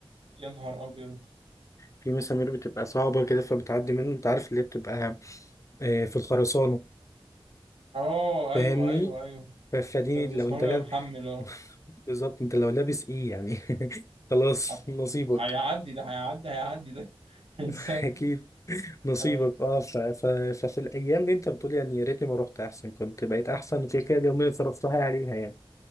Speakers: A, on the right; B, on the left.
A: يا نهار ابيض
B: في مسامير بتبقى صعبة كده فبتعدي منه انت عارف اللي هي بتبقى آه، في الخرسانة
A: اه ايوه
B: فاهمني
A: ايوه ايوه
B: ف- فدي
A: فالمسمار
B: لو انت
A: بيبقى
B: لاب
A: محمل اه
B: <laughs> بالظبط انت لو لابس ايه يعني <laughs> خلاص
A: عارفه
B: نصيبك
A: هيعدي ده هيعدي هيعدي ده <laughs> انسان
B: <laughs> اكيد نصيبك
A: آه.
B: اه ف... ف... ففي الايام دي انت بتقول يعني يا ريتني ما رحت احسن كنت بقيت احسن وكده كده اليومين اللي صرفتها عليها يعني